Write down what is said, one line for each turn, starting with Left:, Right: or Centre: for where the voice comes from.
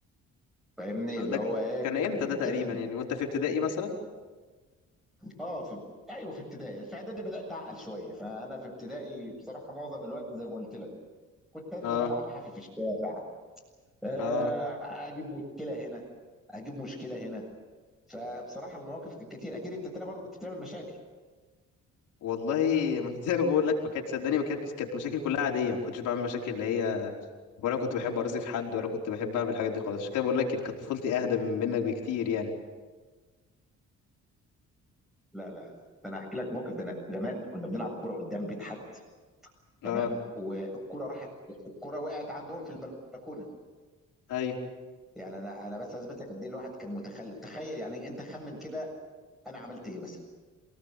Centre: فاهمني اللي
Left: ده
Centre: هو ايه
Left: كان امتى ده تقريبا
Centre: تلاقيني
Left: يعني وانت في ابتدائي مثلا
Centre: اه في ايوه في ابتدائي في اعدادي بدات اعقل شويه فانا في ابتدائي بصراحه معظم الوقت زي ما قلت لك كنت انزل
Left: اه
Centre: العب حافي في الشارع آه،
Left: اه
Centre: اجيب مشكله هنا اجيب مشكله هنا فبصراحه المواقف كانت كتير اكيد انت تاني برضه كنت بتعمل مشاكل
Left: والله ما <laughs> زي ما بقول لك ما كانت صدقني ما كانتش كانت مشاكل كلها عاديه ما كنتش بعمل مشاكل اللي هي ولا كنت بحب ارازي في حد ولا كنت بحب اعمل الحاجات دي خالص عشان كده بقول لك كانت طفولتي اهدى من منك بكتير يعني
Centre: لا لا ده انا هحكي لك موقف ده انا زمان كنا بنلعب كوره قدام بيت حد
Left: اه
Centre: تمام والكوره راحت الكوره وقعت عندهم في البلكونه
Left: ايوه
Centre: يعني انا انا بس اثبت لك قد ايه الواحد كان متخلف تخيل يعني انت خمن كده انا عملت ايه مثلا